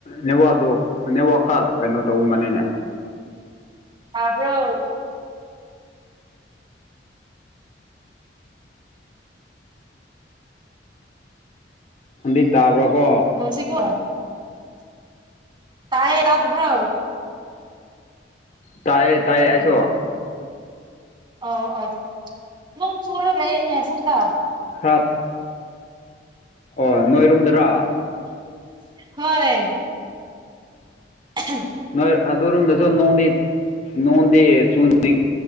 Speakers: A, on the left; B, on the right.
A: ꯅꯦꯋꯥꯗꯣ ꯅꯦꯋꯥ ꯈꯔ ꯀꯩꯅꯣ ꯇꯧꯔꯝꯕꯅꯦꯅꯦ꯫
B: ꯇꯥꯕ꯭ꯔꯣ꯫
A: ꯍꯟꯗꯤ ꯇꯥꯕ꯭ꯔꯣꯀꯣ꯫
B: ꯍꯧꯁꯤ ꯀꯣ ꯇꯌꯦ ꯇꯕ꯭ꯔꯣ꯫ <unintelligible>
A: ꯇꯥꯏꯌꯦ ꯇꯥꯏꯌꯦ ꯑꯩꯁꯨ꯫
B: ꯑꯣ ꯑꯣ ꯅꯪꯡ ꯆꯨꯔ ꯂꯩ ꯏꯅꯦ ꯑꯁꯣꯝꯗ꯫
A: ꯍꯥꯠ꯫ ꯑꯣ ꯅꯣꯏꯔꯣꯝꯗꯔꯣ꯫
B: ꯍꯣꯏ꯫ ꯎꯝ꯫
A: ꯅꯣꯏ ꯑꯗꯨꯔꯨꯝꯝꯗꯁꯨ ꯅꯣꯗꯤ꯫ ꯅꯣꯡꯗꯤ ꯆꯨꯅꯤꯡ